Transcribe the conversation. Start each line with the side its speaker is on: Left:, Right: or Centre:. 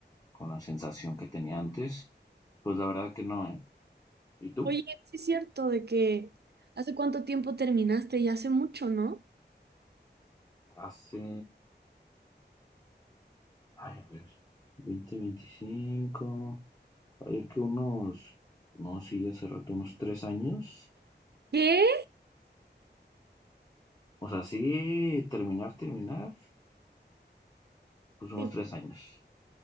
Left: con la sensación que tenía antes, pues la verdad que no, ¿eh? ¿Y tú?
Right: Oye, sí es cierto de que hace cuánto tiempo terminaste ya hace mucho, ¿no?
Left: Hace Ay, a ver, 20, 25, hay que unos, no, sí, hace rato unos tres años.
Right: ¿Qué?
Left: O sea, sí, terminar, terminar, pues unos
Right: Sí.
Left: tres años.